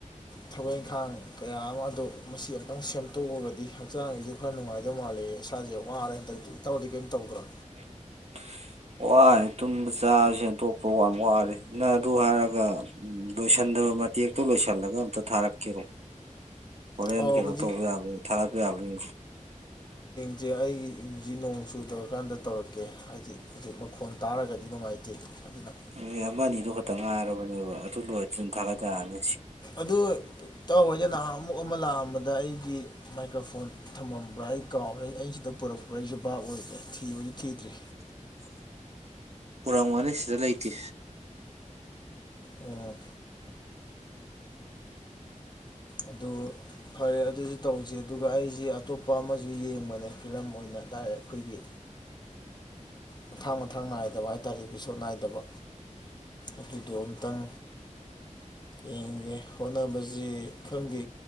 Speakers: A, on the left; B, on the right.
A: ꯊꯕꯛ ꯏꯪꯈꯥꯡ ꯀꯌꯥ ꯑꯃ ꯑꯗꯨ ꯃꯁꯤ ꯑꯃꯨꯛꯇꯪ ꯁꯦꯝꯗꯣꯛꯎꯒꯗꯤ ꯍꯛꯆꯥꯡꯒꯤꯁꯨ ꯈꯔ ꯅꯨꯡꯉꯥꯏꯗꯧ ꯃꯥ ꯃꯥꯂꯦ ꯏꯁꯥꯁꯦ ꯋꯥꯔꯦ ꯍꯟꯗꯛꯇ ꯏꯇꯥꯎꯗꯤ ꯀꯔꯤꯝ ꯇꯧꯗ꯭ꯔꯣ
B: <inaudible> ꯋꯥꯔꯦ ꯇꯨꯝꯕ ꯆꯥꯕꯁꯦ ꯑꯇꯣꯞꯄ ꯋꯥ ꯋꯥꯔꯦ ꯅꯪ ꯑꯗꯨ ꯍꯥꯏꯔꯒ ꯂꯣꯏꯁꯟꯗꯕ ꯑ ꯃꯇꯦꯛꯇꯣ ꯂꯣꯏꯁꯤꯜꯂꯒ ꯑꯝꯇ ꯊꯥꯔꯛꯀꯦꯔꯣ ꯍꯣꯔꯦꯟ
A: ꯑꯣ
B: ꯀꯩꯅꯣ
A: ꯍꯧꯖꯤꯛ
B: ꯇꯧꯕ ꯌꯥꯕꯅꯤ ꯊꯥꯒꯛꯄ ꯌꯥꯕꯅꯤ
A: ꯍꯧꯦ ꯑꯩꯒꯤꯖꯤꯛ ꯅꯣꯡ ꯆꯨꯗꯧꯔꯀꯥꯟꯗ ꯇꯧꯔꯛꯀꯦ ꯍꯥꯏꯗꯤ ꯍꯧꯖꯤꯛ ꯃꯈꯣꯟ ꯇꯥꯔꯒꯗꯤ ꯅꯨꯡꯉꯥꯏꯇꯦ ꯑꯗꯨꯅ
B: ꯅ ꯑꯃꯅꯤ ꯑꯅꯤꯗꯨꯣ ꯈꯛꯇ ꯉꯥꯏꯔꯕꯅꯦꯕ ꯑꯗꯨ ꯂꯣꯏ ꯑꯗꯨꯅ ꯊꯥꯒꯠꯆꯛꯑꯅꯤ
A: ꯑꯗꯨ ꯇꯧꯑꯣꯖꯦ ꯅꯍꯥꯟ ꯑꯃꯨꯛ ꯑꯃ ꯂꯥꯛꯑꯝꯕꯗ ꯑꯩꯒꯤ ꯃꯥꯏꯀ꯭ꯔꯣꯐꯣꯟ ꯊꯝꯃꯝꯕ꯭ꯔꯥ ꯑꯩ ꯀꯥꯎꯝꯕ꯭ꯔꯥ ꯑꯩ ꯑꯩꯩꯅ ꯁꯤꯗ ꯄꯨꯔꯛꯄ꯭ꯔꯥ ꯑꯩꯁꯨꯕ ꯑꯣ ꯑꯣꯏꯗ꯭ꯔꯦ ꯊꯤꯕꯗꯤ ꯊꯤꯗ꯭ꯔꯤ
B: <inaudible> ꯄꯨꯔꯛꯕꯅꯤ ꯁꯤꯗ ꯂꯩꯇꯦ
A: ꯑꯣ ꯑꯗꯨ ꯐꯔꯦ ꯑꯗꯨꯁꯨ ꯇꯧꯁꯦ ꯑꯗꯨꯒ ꯑꯩꯁꯦ ꯑꯇꯣꯞꯄ ꯑꯃꯁꯨ ꯌꯦꯡꯕꯅꯦ ꯐꯤꯂꯝ ꯑꯣꯏꯅ ꯗꯥꯏꯔꯦꯛ ꯑꯩꯈꯣꯏꯒꯤ ꯃꯊꯥꯡ ꯃꯊꯥꯡ ꯅꯥꯏꯗꯕ ꯍꯥꯏ ꯇꯥꯔꯦ ꯑꯦꯄꯤꯁꯣꯠ ꯅꯥꯏꯗꯕ ꯑꯗꯨꯗꯣ ꯑ ꯑꯃꯨꯇꯪ ꯌꯦꯡꯒꯦ ꯍꯣꯠꯅꯕꯁꯤ ꯈꯪꯗꯦ